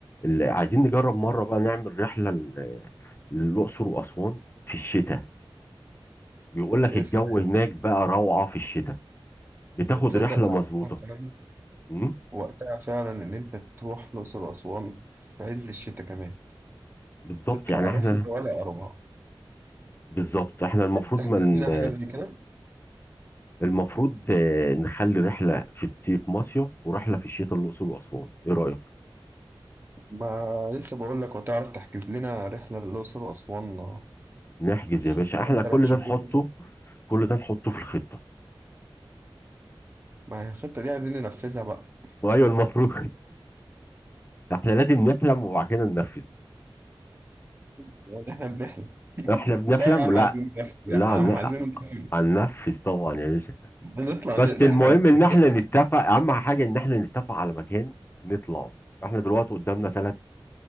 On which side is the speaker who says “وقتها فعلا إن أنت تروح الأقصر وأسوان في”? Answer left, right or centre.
Right